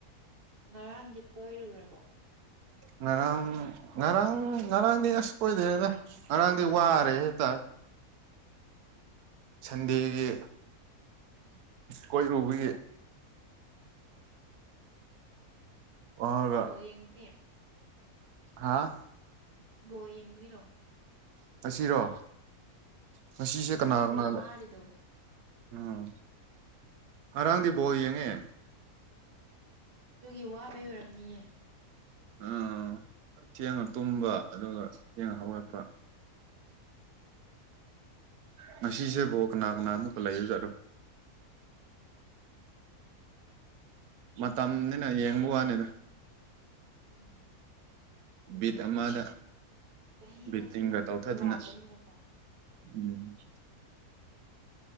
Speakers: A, on the right; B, on the right.
A: ꯉꯔꯥꯡꯗꯤ ꯀꯣꯏꯔꯨꯔꯕꯣ
B: ꯉꯔꯥꯡ ꯉꯔꯥꯡ ꯉꯔꯥꯡꯗꯤ ꯑꯁ ꯀꯣꯏꯗꯦꯗ ꯉꯔꯥꯡꯗꯤ ꯋꯥꯔꯦ ꯍꯦꯛꯇ ꯁꯟꯗꯦꯒꯤ ꯀꯣꯏꯔꯨꯕꯒꯤ ꯋꯥꯔꯒ
A: ꯕꯣꯜ ꯌꯦꯡꯕꯒꯤ
B: ꯍꯥꯥ
A: ꯕꯣꯜ ꯌꯦꯡꯕꯒꯤꯔꯣ
B: ꯉꯁꯤꯔꯣ ꯉꯁꯤꯁꯦ
A: ꯉꯔꯥꯡꯗꯣ
B: ꯀꯅꯥ ꯀꯅꯥ
A: ꯋꯥꯔꯤꯗꯣ
B: ꯂꯩ ꯎꯝ ꯑꯔꯥꯡꯗꯤ ꯕꯣꯜ ꯌꯦꯡꯉꯦ
A: ꯑꯗꯨꯒꯤ ꯋꯥꯕꯩ ꯑꯣꯏꯔꯝꯅꯤꯌꯦ
B: ꯎꯝ ꯊꯦꯡꯅ ꯇꯨꯝꯕ ꯑꯗꯨꯒ ꯊꯦꯡꯅ ꯍꯧꯒꯠꯄ ꯉꯁꯤꯁꯦ ꯕꯣꯜ ꯀꯅꯥ ꯀꯅꯥ ꯃꯨꯛꯀ ꯂꯩꯕꯖꯠꯔꯣ ꯃꯇꯝꯅꯤꯅ ꯌꯦꯡꯕ ꯋꯥꯅꯤꯗ
A: ꯎꯝ
B: ꯕꯤꯠ ꯑꯃꯗ
A: ꯆꯍꯤ
B: ꯕꯤꯠꯇꯤꯡꯒ
A: ꯃꯔꯤ ꯃꯇꯨꯡꯗ
B: ꯇꯧꯊꯗꯅ
A: ꯂꯥꯛꯄꯅꯤꯅꯀꯣ
B: ꯎꯝ